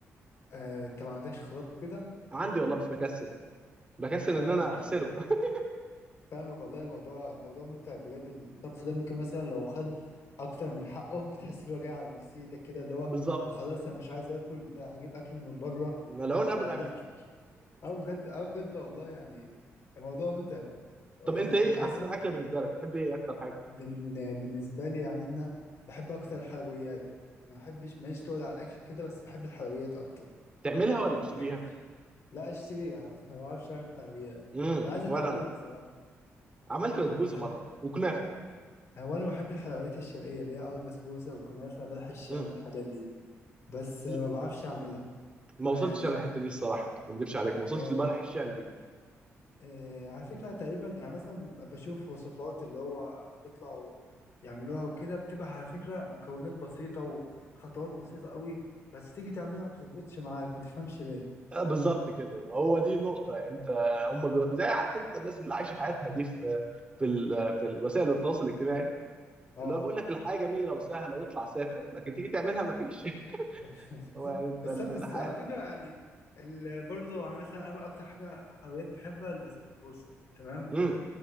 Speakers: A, on the left; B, on the right.
A: آه، انت ما عندكش خلاط وكده
B: عندي والله بس بكسل بكسل
A: فاهمك
B: ان انا
A: والله
B: اغسله <laughs>
A: فاهمك والله الموضوع الموضوع متعب بجد الطبخ ده ممكن مثلا لو خد اكتر من حقه بتحس اللي هو جاي على نفسيتك كده اللي هو
B: بالظبط
A: وخلاص انا مش عايز اكل ده هجيب اكل من بره
B: ملعون
A: فلا
B: قبل الاكل
A: اه بجد اه بجد والله يعني الموضوع متعب ومثلا
B: طب انت ايه احسن اكله بالنسبه لك تحب ايه اكتر حاجه
A: بن- بالنسبة لي يعني أنا بحب أكتر الحلويات ما بحبش ماليش تقول على الأكل كده بس بحب الحلويات أكتر
B: تعملها ولا بتشتريها
A: يعني لا أشتريها <laughs> ما بعرفش أعمل حلويات
B: امم
A: أنا عايز أتعلم
B: ولا انا
A: بصراحة
B: عملت
A: اللي هي الحل...
B: بسبوسه مره وكنافه
A: هو أنا بحب الحلويات الشرقية اللي هي أه البسبوسة والكنافة بلح الشام
B: امم
A: والحاجات دي بس
B: ل-
A: ما بعرفش أعملها
B: ما
A: يعني
B: وصلتش انا الحته دي الصراحه ما اكذبش عليك ما وصلتش
A: آه،
B: لبلح الشام
A: آه، على فكرة تقريبا يعني مثلا بشوف وصفات اللي هو بيطلعوا يعملوها وكده بتبقى على فكرة مكونات بسيطة وخطوات بسيطة قوي بس تيجي تعملها ما بتظبطش معاك ما تفهمش ليه
B: آه، بالظبط كده ما هو دي النقطة يعني انت هم بيو... زي عارف انت الناس اللي عايشة حياتها دي في في ال... في وسائل التواصل الاجتماعي
A: اه
B: اللي هو بيقول لك الحياة جميلة وسهلة واطلع سافر لكن تيجي تعملها ما فيش <laughs>
A: <laughs>
B: هو يعني انت
A: بس
B: ال-
A: بس
B: الحياة
A: على فكرة يعني ال- برضه مثلا أنا أكتر حاجة حلويات بحبها البسبوسة تمام
B: امم